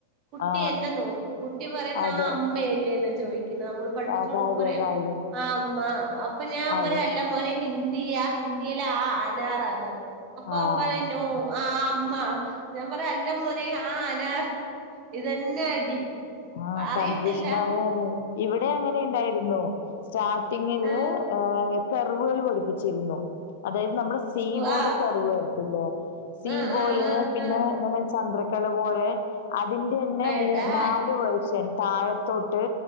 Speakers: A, on the right; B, on the left.
A: കുട്ടി
B: ആ
A: എ നോക്കു കുട്ടി പറയിന്ന
B: അതെ.
A: ആ അമ്മയല്ലേ എന്ന് ചോയി നമ്മൾ പഠിപ്പിച്ചു.
B: കാ
A: കൊടുക്കുമ്പോ
B: കാര്യാ
A: പറയും
B: കാര്യാ.
A: ആ അമ്മ അപ്പൊ ഞാൻ
B: അതെ.
A: പറയാ അല്ല മോനെ ഹിന്ദി ഹി ഹിന്ദിയില ആ ആനാറന്ന് അപ്പൊ
B: ആ.
A: അവൻപറയുനോ ആ അമ്മ ഞാൻ പറയാ അല്ല മോനെ ഹ അനാ ഇതന്നെ പിന്നടി
B: ആഹ്
A: അറയത്തില്ല.
B: കൺഫ്യൂഷൻ ആവാണ് ഇവിടെ അങ്ങനെ ഇണ്ടായിരുന്നു സ്റ്റാർട്ടിങ്ങില്
A: ആ
B: കർവെൾ പടിപ്പിച്ചിരിന്നു. അതായത് നമ്മുടെ സീ പോലെ
A: ആ
B: കറിവ് വരത്തില്ലേ സീ
A: ആ
B: പോലെ
A: ആ ആ
B: പിന്നെ
A: ആ
B: ചന്ദ്രകല പോലെ അതിന്റെഞ്ഞെ മൂ
A: എടാ
B: നാല് വേഷ്യൻ താഴത്തോട്ട്